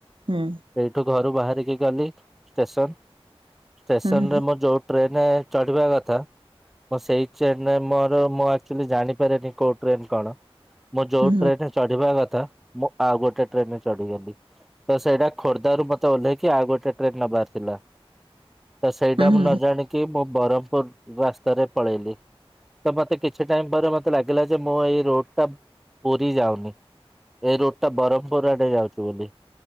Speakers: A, on the right; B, in the centre.
A: ହୁଁ।
B: ଏଇଠୁ ଘରୁ ବାହାରିକି ଗଲି ଷ୍ଟେସନ୍, ଷ୍ଟେସନ୍
A: ହୁଁ
B: ରେ ମୁଁ ଯୋଉ ଟ୍ରେନ୍ ରେ ଚଢ଼ିବା କଥା ମୁଁ ସେଇ ଚେନ୍ ରେ ମୋର ମୁଁ ଆକ୍ଚୁଆଲି ଜାଣିପାରେନି କୋଉ ଟ୍ରେନ୍ କଣ। ମୁଁ ଯୋଉ
A: ହୁଁ
B: ଟ୍ରେନ୍ ରେ ଚଢିବା କଥା, ମୁଁ ଆଉ ଗୋଟେ ଟ୍ରେନରେ ଚଢିଗଲି। ତ ସେଇଟା ଖୋର୍ଦ୍ଧାରୁ ମତେ ଓହ୍ଲେଇକି ଆଉ ଗୋଟେ ଟ୍ରେନ୍ ନବାର ଥିଲା। ତ ସେଇଟା
A: ହୁଁ ହୁଁ ହୁଁ
B: ମୁଁ ନଜାଣିକ୍ କି ମୁଁ ବରହ୍ମପୁରୂ ରାସ୍ତାରେ ପଳେଇଲି। ତ ମତେ କିଛି ଟାଇମ୍ ପରେ ମତେ ଲାଗିଲା ଯେ ମୁଁ ଏଇ ରୋଡ୍ ଟା ପୁରୀ ଯାଉନି। ଏ ରୋଡଟା ବର୍ହ୍ମପୁର୍ ଆଡେ ଯାଉଚି ବୋଲି।